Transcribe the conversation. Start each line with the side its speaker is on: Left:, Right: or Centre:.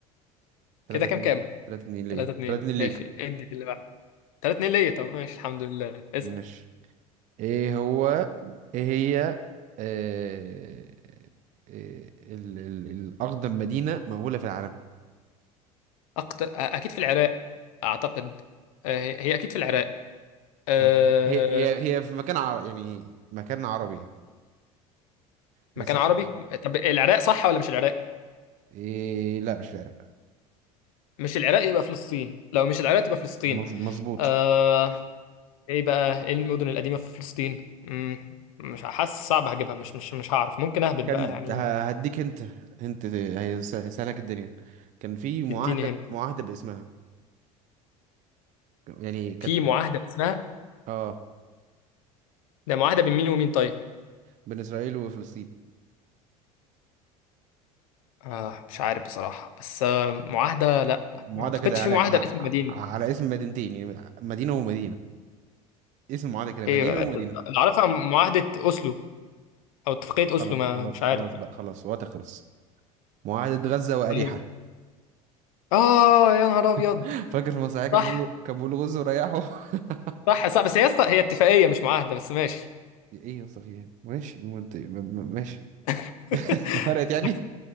Right: تلاتة
Left: كده
Right: اتنين
Left: كام كام
Right: تلاتة اتنين ليه؟
Left: 3 2
Right: تلاتة اتنين
Left: ماشي
Right: ليك
Left: ادي في اللي بعد 3 2 ليا طب ماشي الحمد لله اسال
Right: ماشي ايه هو ايه هي آه آه ال ال الاقدم مدينه مأهوله في العالم
Left: اكتر اكيد في العراق اعتقد آه، هي هي اكيد في العراق أه...
Right: آه، هي هي هي في مكان عربي يعني مكان عربي يعني بس
Left: مكان
Right: مش
Left: عربي طب العراق صح ولا مش العراق
Right: إيه لا مش في العراق
Left: مش العراق يبقى فلسطين لو مش العراق تبقى فلسطين
Right: مظ- مظبوط
Left: أه... ايه بقى ايه المدن القديمة في فلسطين مم. مش حاسس صعب هجيبها مش مش مش هعرف ممكن اهبط بقى
Right: كان
Left: يعني
Right: ه- هديك انت انت هي س- هيسهلك الدنيا كان في معاهده
Left: اديني هنا
Right: معاهده باسمها يعني كانت
Left: في معاهدة اسمها
Right: اه
Left: ده معاهدة بين مين ومين طيب
Right: بين اسرائيل وفلسطين
Left: آه مش عارف بصراحة بس آه معاهدة لا
Right: معاهده
Left: ما اعتقدش
Right: كده
Left: في
Right: على
Left: معاهدة
Right: ع-
Left: باسم
Right: ع-
Left: مدينة
Right: على اسم مدينتين يعني مدينه ومدينه اسم معاهده كده مدينه
Left: ايه
Right: ومدينه
Left: اللي اعرفها معاهدة اوسلو او اتفاقية
Right: خلاص
Left: اوسلو
Right: خلاص
Left: ما مش
Right: خلاص
Left: عارف
Right: بقى خلاص وقت خلص معاهدة غزة وأريحة
Left: أيوة. اه يا نهار ابيض
Right: <laughs> فاكر في المسرحية كان
Left: صح
Right: بيقول كان بيقول غزة وريحه <laughs>
Left: صح صح بس هي هي اتفاقية مش معاهدة بس ماشي
Right: ايه يا اسطى في ايه ماشي منطقي م- م- ماشي
Left: <laughs>
Right: <laughs> ما فرقت يعني